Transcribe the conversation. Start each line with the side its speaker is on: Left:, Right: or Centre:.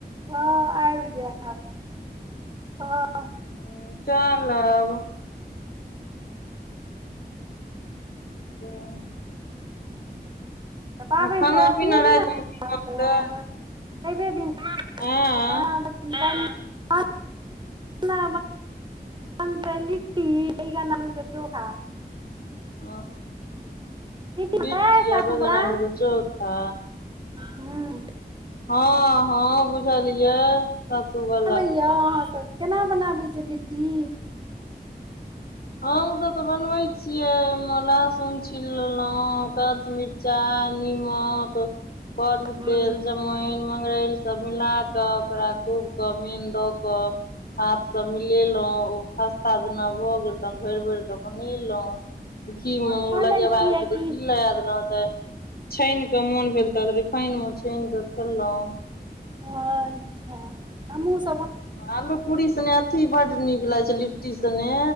Right: हँ आइब जायब। ह।
Left: हूँ चलब। अच्छा
Right: तऽ पाबनि
Left: खाना
Right: तऽ अथिये
Left: पीना
Right: दिना
Left: रातिमे की
Right: होतै
Left: बनतै
Right: आब, रब द
Left: आँय
Right: हँ <unintelligible> भंसा बंतै लिट्टी बैंगन आलू के चोखा
Left: ओ
Right: बनतै
Left: लिट्टी आ
Right: सत्तू
Left: बैंगन
Right: बला
Left: आलू के चोखा
Right: हूँ
Left: आ हँ हँ बुझलियै। सत्तू <unintelligible>
Right: आबैए अहाँ सब केना बनाबै छीयै लिट्टी
Left: हमसभ तऽ बनबै छियै ओहिमे लहसुन छिल लेलौ तकर बाद से मिरचाइ निमक करू
Right: हँ
Left: तेल जमाइन मंगरैल सब मिला कऽ ओकरा खूब क मेन द कऽ हाथसँ मिलेलहुँं ओ खस्ता जेना भऽ गेल। तहन भरि भर कऽ बनेलहुँ। घी म लगबक
Right: छानै
Left: ओ लगेबाक
Right: छियै
Left: अइ छै तऽ
Right: कि
Left: घी लगा देलौ ओत। छानि के मोन भेल। तऽ रिफाइन मे छानि के खेलहुँ।
Right: अच्छा हमहू स
Left: आलू पूरी सने अथी बड्ड नीक लगै छै। लिट्टी सने